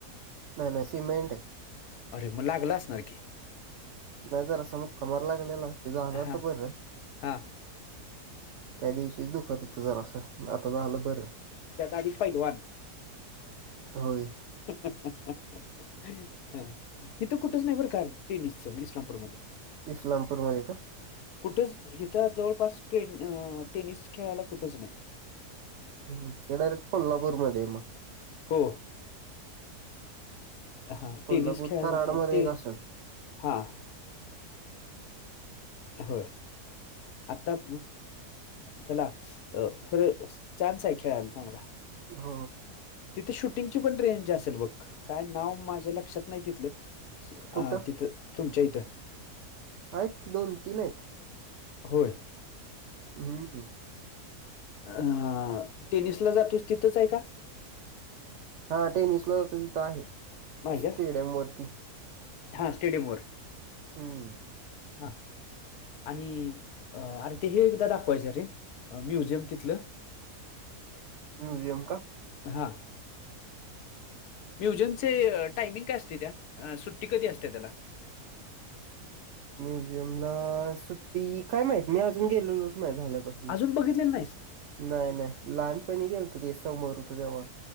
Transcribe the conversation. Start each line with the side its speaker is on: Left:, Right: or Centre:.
Right: नाय नाय सिमेंटय.
Left: अरे म लागल असणार की.
Right: नाही जरासा मुक्का मार लागलेला, ते झालं आता
Left: हा
Right: बरं.
Left: हा
Right: त्या दिवशीच दुखत होत जरास आता झालं बरं.
Left: त्यात आधी पैलवान.
Right: होय.
Left: <unintelligible> हिथं कुठच नाही बरं का टेनिसच इस्लामपूरमध्ये.
Right: इस्लामपूरमध्ये का
Left: कुठंच इथं जवळपास टेन अ टेनिस खेळायला कुठंच नाही
Right: हम ते डायरेक्ट कोल्हापूरमध्ये म
Left: हो हा
Right: कोल्हापूर
Left: टनिस खेळला
Right: कराडमध्ये
Left: ते
Right: एक असेल
Left: हा होय आता अ ह्याला अ खर चाान्स आहे खेळायला चांगला
Right: हो
Left: तिथे शूटिंगची पण रेंज असेल बघ काय नाव माझ्या लक्षात नाही तिथलं
Right: कुठं
Left: तिथ तुमचेईत
Right: आहेत दोन तीन आहेत
Left: होय
Right: हा
Left: अ टेनिसला जातोस तिथंच आहे का
Right: हा टेनशन जात तिथं आहे
Left: नाही
Right: स्टेडियम
Left: का
Right: वरती
Left: हा स्टेडियम वर
Right: हम्म
Left: हा आणि अरे ते हे एकदा दाखवायचं रे म्युझियम तिथलं
Right: ह म्युझियम का
Left: हां म्युजनचे टायमिंग काय असते त्या सुट्टी कधी असते्या त्याला
Right: म्युझियम ला सुट्टी काय माहित मी अजून गेलेलो नाही झाझल्यापासून
Left: अजून बघितलेलं नाहीस
Right: नाही नाही लहानपणी गेल तर ते समोर होतं तेव्हा